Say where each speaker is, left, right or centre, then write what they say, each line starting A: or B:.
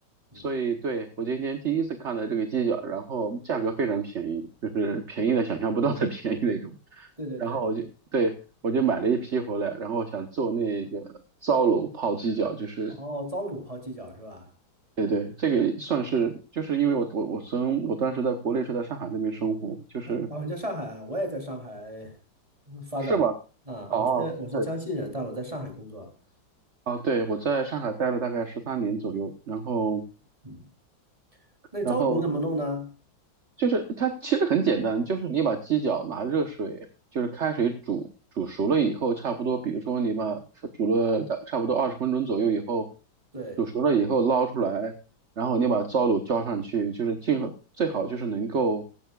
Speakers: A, on the right (about 15°); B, on the right (about 40°).
A: 嗯，
B: 所以对我今天第一次看到这个鸡脚，然后价格非常便宜，就是便宜的想象不到的 <laughs> 便宜那种。
A: 对对对。
B: 然后我就对我就买了一批回来，然后想做那个糟卤泡鸡脚，就是。
A: 哦，糟卤泡鸡脚是吧？
B: 对对，这个算是，就是因为我我我从我当时在国内是在上海那边生活，就是
A: 哎，哦，你在上海啊，我也在上海嗯发展啊。
B: 是吧？哦，
A: 我是我是江西人，
B: 对，
A: 但我在上海工作。
B: 啊，对，我在上海待了大概十三年左右，然后
A: 嗯，那糟卤怎么弄呢？
B: 然后就是它其实很简单，就是你把鸡脚拿热水，就是开水煮煮熟了以后，差不多，比如说你把煮了大差不多二十分钟左右以后，
A: 对。
B: 煮熟了以后捞出来，然后你把糟卤浇上去，就是尽最好就是能够